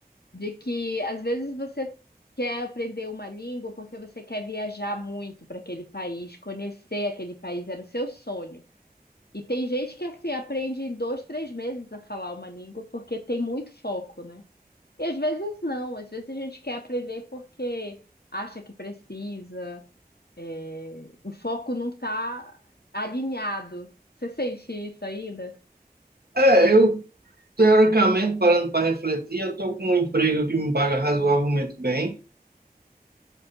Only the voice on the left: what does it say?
de que às vezes você quer aprender uma língua porque você quer viajar muito para aquele país, conhecer aquele país, era o seu sonho. E tem gente que assim aprende em dois, três meses a falar uma língua porque tem muito foco, né? E às vezes não, às vezes a gente quer aprender porque acha que precisa, é, o foco não está alinhado. Você sente isso ainda?